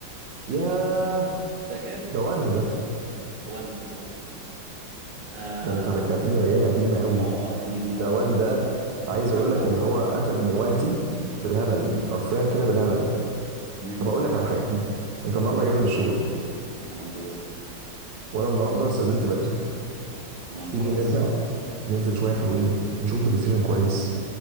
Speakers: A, on the right (about 70°); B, on the right (about 80°).
A: ياه
B: فاكر
A: ده ون
B: ايوه
A: ده
B: وان بالظبط اه
A: ده انت رجعتني لايام قديمه قوي
B: اه قديم اه
A: ده وان
B: كان
A: ده
B: في بقى
A: عايز اقول
B: <laughs>
A: لك ان هو اخد من وقتي بالهبل
B: مم،
A: حرفيا كده بالهبل
B: مم،
A: طب اقول لك على حاجه انت النهارده اجازه
B: مم.
A: من الشغل
B: انا اجازه
A: وانا النهارده استاذنت بدري
B: تمام
A: تيجي
B: كويس
A: نرجع ننزل شويه حلوين نشوف بلاي ستيشن كويس